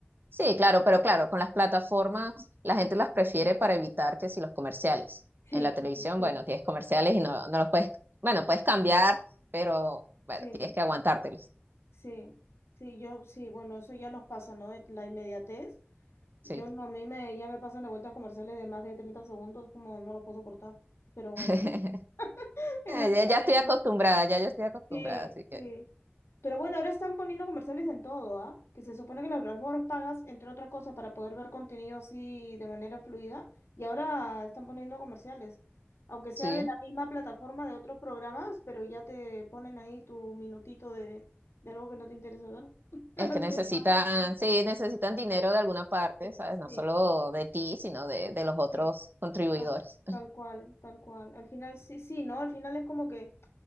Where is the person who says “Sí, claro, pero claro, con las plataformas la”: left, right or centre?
Right